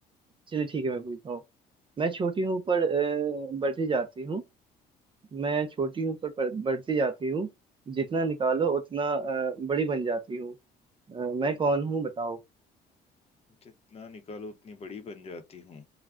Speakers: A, on the right; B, on the left.
A: चलिए ठीक है मैं पूछता हूँ मैं छोटी हूँ पर अ, बढ़ती जाती हूँ मैं छोटी हूँ पर पर- बढ़ती जाती हूँ जितना निकालो उतना अ, बड़ी बन जाती हूँ अ, मैं कौन हूँ बताओ
B: जितना निकालो उतनी बड़ी बन जाती हूँ